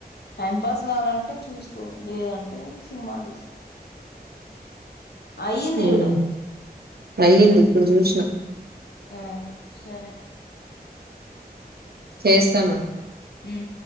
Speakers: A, on the left; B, on the right.
A: టైం పాస్ కావాలంటే చూసుకో లేదంటే సినిమాలు చూసుకో అయింది
B: ఉమ్
A: చూడు
B: అయ్యింది ఇప్పుడు చూసినా
A: ఆ సరే
B: చేస్తాను
A: ఉమ్